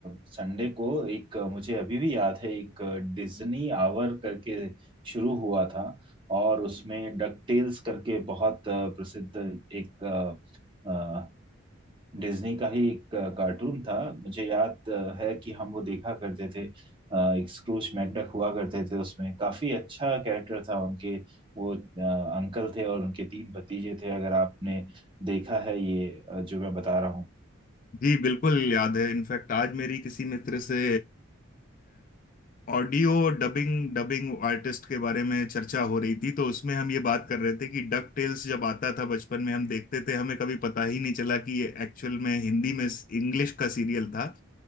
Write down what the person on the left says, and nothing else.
जी बिल्कुल याद है इनफैक्ट आज मेरी किसी मित्र से ऑडियो डबिंग डबिंग आर्टिस्ट के बारे में चर्चा हो रही थी तो उसमें हम ये बात कर रहे थे कि डक टेल्स जब आता था बचपन में हम देखते थे हमें कभी पता ही नहीं चला कि ये एक्चुअल में हिंदी में इंग्लिश का सीरियल था